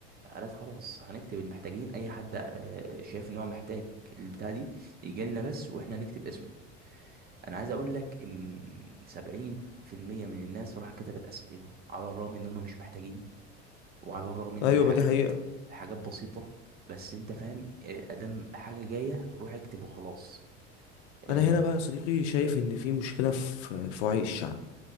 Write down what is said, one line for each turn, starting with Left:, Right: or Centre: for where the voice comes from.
Right: قالت خلاص هنكتب المحتاجين أي حد آه، شايف إن هو محتاج البتاع دي يجي لنا بس وإحنا هنكتب اسمه انا عايز اقول لك ان 70% من الناس راح كتبت اسميهم على الرغم ان هم مش محتاجين وعلى الرغم ان
Left: ايوه
Right: الحاجات
Left: ما دي حقيقة
Right: الحاجات بسيطة بس انت فاهم آه، ادام حاجة جاية روح اكتب وخلاص آه،
Left: انا هنا بقى يا صديقي شايف ان في مشكلة في في وعي الشعب